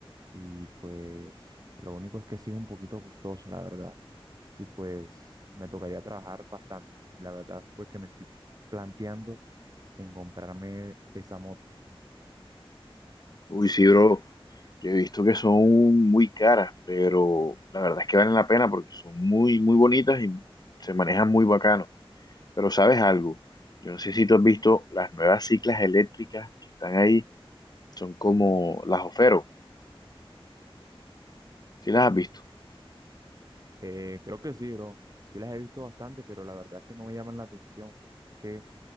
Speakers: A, on the right; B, on the left.
A: Y pues lo único es que sí es un poquito costosa, la verdad y pues me tocaría trabajar bastante. La verdad, pues que me estoy planteando en comprarme esa moto.
B: Uy, sí, bro, yo he visto que son muy caras, pero la verdad es que valen la pena porque son muy, muy bonitas y se manejan muy bacano. Pero ¿sabes algo? Yo no sé si tú has visto las nuevas ciclas eléctricas que están ahí, son como las Ofero. ¿Sí las has visto?
A: Eh, creo que sí, bro. Sí las he visto bastante, pero la verdad es que no me llaman la atención porque es que,